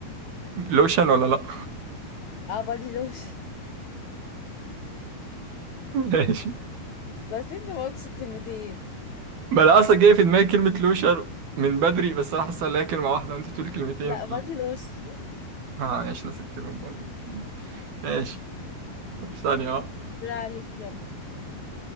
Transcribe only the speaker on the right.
لوشن ولا لأ؟
<laughs> ماشي
ما أنا أصلا جاي في دماغي كلمة لوشن من بدري بس أنا حاسس إن هي كلمة واحدة وأنت بتقولي كلمتين
ف...
آه ماشي ناس الكلمة بودي ماشي طب ثانية بقى